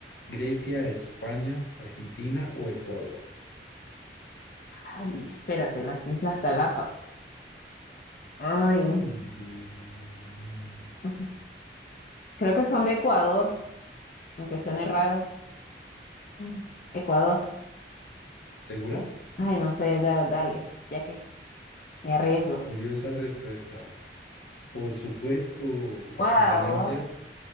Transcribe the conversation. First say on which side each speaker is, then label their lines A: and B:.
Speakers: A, on the left; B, on the left.
A: Grecia, España, Argentina o Ecuador.
B: Ay, espérate, las Islas Galápagos. Ay,
A: Turururú. <laughs>
B: ujú. creo
A: Chan,
B: que son
A: chan,
B: de Ecuador,
A: chan.
B: aunque suene raro. Ujú. Ecuador.
A: ¿Segura?
B: Ay, no sé, da- dale, ya que me arriesgo.
A: Curiosa respuesta. Por supuesto,
B: Wow,
A: sus ganancias